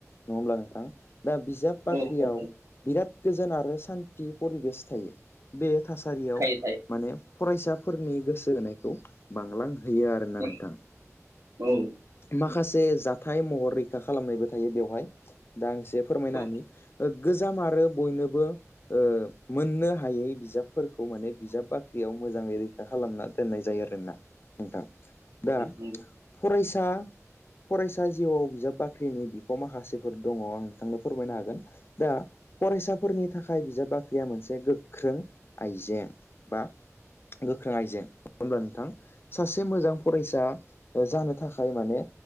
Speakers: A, on the left; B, on the right.
A: नङा होमब्ला नोंथां। दा बिजाब बाख्रियाव
B: औ औ नंगौ
A: बिराद गोजोन आरो सान्थि परिबेस थायो बे थासा सारियाव
B: थायो थायो
A: माने फरायसाफोरनि गोसो होनायखौ बांलांहो होयो आरोना
B: औ
A: नोंथां
B: औ
A: माखासे जाथाय महर रैखा खालामनायबो थायो बेवहाय दा आं एसे फोरमायना
B: औ
A: होनि गोजाम आरो बयनोबो ओ मोननो हायै बिजाब फोरखौ माने बिजाब बाख्रियाव मोजाङै रैखा खालामना दोननाय जायो आरोना। नोंथां दा
B: औ नंगौ औ
A: फरायसा फरायसा जिउआव बिजाब बाख्रिनि बिफाव माखासेफोर दङ आं नोंथांनो फोरमायनो हागोन दा फरायसाफोरनि थाखाय बिजाब बाख ख्रिया मोनसे गोख्रों। आइजें बा गोख्रों आइजें होनब्ला नोंथां सासे मोजां फरायसा जानो थाखाय माने